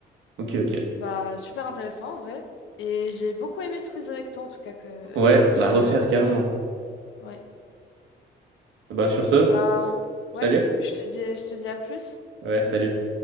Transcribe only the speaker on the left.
Bah, super intéressant en vrai. Et j'ai beaucoup aimé ce quiz avec toi, en tout cas, que
j'ai
j'ai beaucoup
aimé. Ouais.
Bah, ouais,
je te dis, je te dis à plus.